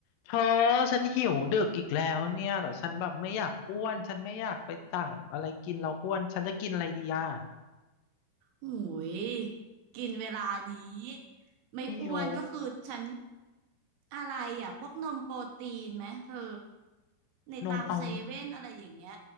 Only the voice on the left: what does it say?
เธอฉันหิวดึกอีกแล้วเนี่ยแต่ฉันแบบไม่อยากอ้วนฉันไม่อยากไปสั่งอะไรกินแล้วอ้วนฉันจะกินอะไรดีอ่ะ
หิว
นมเอา